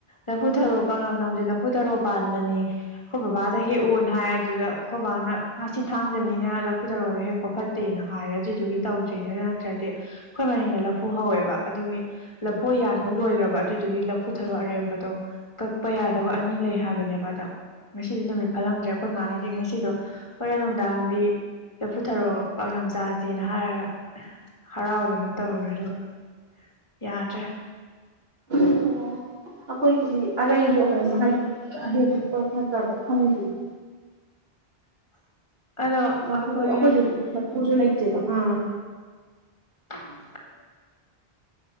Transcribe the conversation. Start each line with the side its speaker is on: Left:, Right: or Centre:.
Left: ꯂꯐꯨ ꯊꯔꯣ ꯄꯥꯛꯅꯝꯅꯝꯁ ꯂꯐꯨ ꯇꯔꯣ ꯄꯥꯟꯕꯅꯤ ꯑꯩꯈꯣꯏ ꯕꯕꯥꯗ ꯍꯦꯛꯑꯣꯅ ꯍꯥꯏ ꯑꯗꯨꯗ ꯑꯩꯈꯣꯏ ꯕꯕꯥꯅ ꯉꯁꯤ ꯊꯥꯡꯖꯅꯤꯅ ꯂꯐꯨ ꯇꯧꯔꯛꯗꯣ ꯍꯦꯛꯄ ꯐꯠꯇꯦꯅ ꯍꯔꯗꯒꯤ ꯇꯧꯗ꯭ꯔꯤꯉꯩꯗ ꯅꯠꯇ꯭ꯔꯗꯤ ꯑꯩꯈꯣꯏ ꯃꯅꯤꯡꯗ ꯂꯐꯨ ꯍꯧꯋꯦꯕ ꯑꯗꯨꯒꯤ ꯂꯐꯨ ꯌꯥꯟꯕ ꯂꯣꯏꯈ꯭ꯔꯕ ꯑꯗꯨꯗꯤ ꯑꯗꯨꯒꯤ ꯂꯧꯐꯨꯊꯔꯣ ꯑꯔꯦꯝꯕꯗꯣ ꯀꯛꯄ ꯌꯥꯗꯕ ꯑꯅꯤ ꯂꯩ ꯍꯥꯏꯕꯅꯦꯕ ꯑꯗ ꯉꯁꯤꯁꯨ ꯅꯨꯃꯤꯠ ꯐꯠꯂꯝꯗ꯭ꯔꯦ ꯑꯩꯈꯣꯏ ꯃꯥꯟꯅꯗ ꯉꯁꯤꯗꯣ ꯍꯣꯔꯦꯟ ꯅꯨꯡꯗꯥꯡꯗꯤ ꯂꯐꯨꯊꯔꯣ ꯄꯅꯝꯝ ꯆꯥꯥꯁꯦꯅ ꯍꯥꯏꯔꯒ ꯍꯔꯥꯎꯗꯅ ꯇꯧꯔꯨꯔ ꯑꯗꯨꯒꯕ ꯌꯥꯗ꯭ꯔꯦ
Right: ꯑꯣ ꯑꯩꯈꯣꯏꯒꯤꯗꯤ ꯑꯔꯩꯕ ꯑꯣꯏꯔ ꯃꯈ ꯍꯜ ꯑꯦꯛ ꯄꯔꯛꯄ ꯅꯠꯇꯕ ꯈꯪꯉꯤꯁꯤ
Left: <inaudible> ꯑꯗꯣ
Right: ꯂꯄꯨ
Left: ꯑꯩꯈꯣꯏ
Right: ꯑꯩꯈꯣꯏꯁꯨ ꯂꯄꯨꯁꯨ ꯂꯩꯇꯦꯗꯣ ꯑꯥ
Left: ꯎꯝ